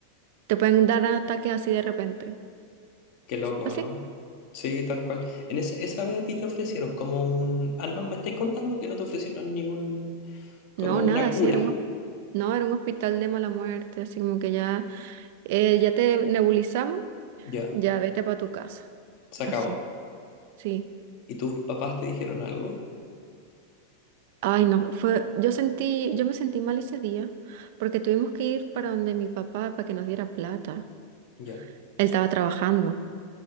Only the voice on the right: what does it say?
Te pueden dar ataques así de repente.
Así.
No, nada,
así era un, hos- no, era un hospital de mala muerte, así como que ya, eh, ya te nebulizamos,
ya vete para tu casa.
Así, sí.
Ay, no, fue, yo sentí, yo me sentí mal ese día porque tuvimos que ir para donde mi papá para que nos diera plata.
Él estaba trabajando